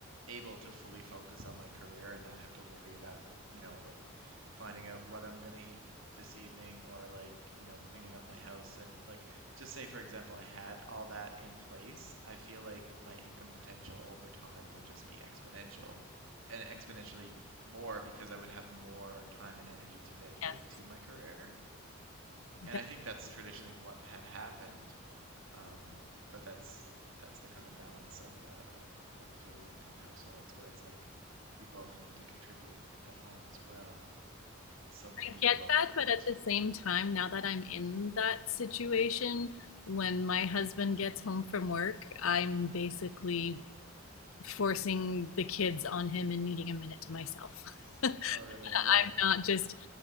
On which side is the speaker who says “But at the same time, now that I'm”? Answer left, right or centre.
Left